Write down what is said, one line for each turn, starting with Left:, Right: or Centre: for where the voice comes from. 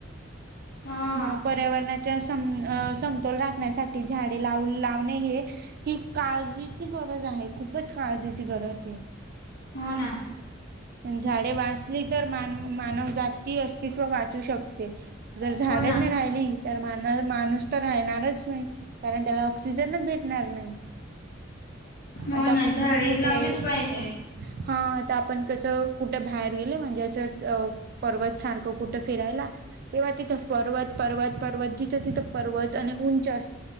Left: हा
Right: मगं पर्यावरणाच्या स-समतोल राखण्यासाठी. झाडे लाव लावणे, हे ही काळजीची गरज आहे. खूपच काळजीची गरज आहे. ह <inaudible>
Left: हो ना..
Right: झाडे वाचली तर.. मानव-मानवजाती अस्तित्व वाचू शकत. ते जर झाड
Left: हो ना,
Right: नाही राहिली तर.. मान-माणूस तर राहणारच नाही. कारण त्याला ऑक्सिजनच भेटणार नाही.
Left: हो
Right: आता आपण
Left: ना, झाडे
Right: असं कुठे
Left: लावलेच
Right: अ..?
Left: पाहिजे.
Right: हा आता आपण कसं कुठं बाहेर गेले म्हणजे असं पर्वत सारखं कुठं फिरायला. तेव्हा तिथं पर्वत पर्वत पर्वत जिथे तिथे पर्वत आणि उंच असत